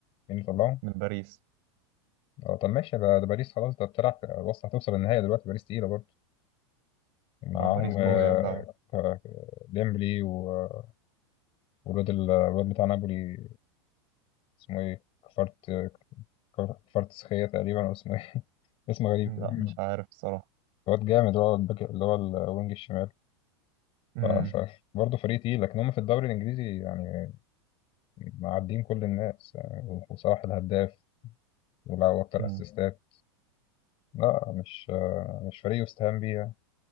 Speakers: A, on the left; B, on the right.
A: مين اللي طلعهم
B: من باريس
A: اه طب ماشي بقى ده باريس خلاص ده بتلعب بص هتوصل النهائي دلوقتي باريس تقيلة برضه معاهم
B: اه باريس
A: باريس
B: قوية ف
A: آه، ك- ديمبلي و- والواد ال- الواد بتاع نابولي اسمه ايه كفارت آه، كفارت سخية تقريبا أو اسمه إيه؟ اسم غريب
B: لا
A: كده مم.
B: مش عارف الصراحة
A: واد جامد اللي هو الباك اللي هو الوينج الشمال
B: مم.
A: ف... ف... برضه فريق تقيل لكن هم في الدوري الانجليزي يعني معديين كل الناس يعني وصلاح الهداف ولعبوا اكتر
B: مم.
A: اسيستات لا مش مش فريق يستهان بيه يعني.